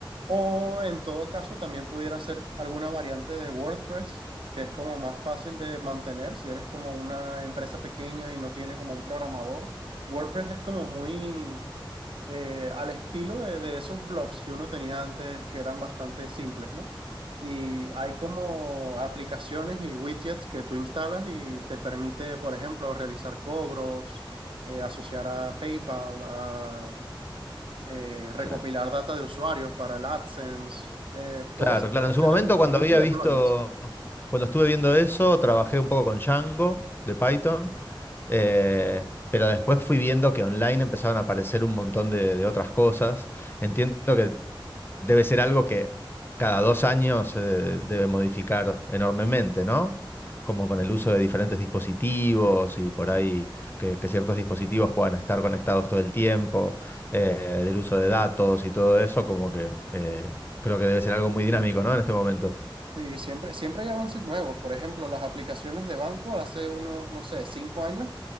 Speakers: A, on the right (about 75°); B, on the left (about 25°).
A: O en todo caso, también pudiera ser alguna variante de WordPress, que es como más fácil de mantener si eres como una empresa pequeña y no tiene como un programador. WordPress es como muy eh, al estilo de, de esos blogs que uno tenía antes, que eran bastante simples, ¿no? Y hay como aplicaciones y widgets que tú instalas y te permite, por ejemplo, realizar cobros, eh, asociar a PayPal, a, eh, recopilar
B: claro.
A: data de usuarios para el AdSense. eh, todo
B: Claro,
A: se puede
B: claro. En
A: hacer
B: su momento,
A: en-
B: cuando
A: a punta
B: había
A: de
B: visto,
A: plugins.
B: cuando estuve viendo eso, trabajé un poco con Django de Python Eh, pero después fui viendo que online empezaban a aparecer un montón de, de otras cosas. Entiendo que debe ser algo que cada dos años se debe modificar enormemente, ¿no? Como con el uso de diferentes dispositivos y por ahí que, que ciertos dispositivos puedan estar conectados todo el tiempo, eh, del uso de datos y todo eso, como que eh, creo que debe ser algo muy dinámico, ¿no? En este momento.
A: Sí, siempre, siempre hay avances nuevos. Por ejemplo, las aplicaciones de banco hace unos, no sé, cinco años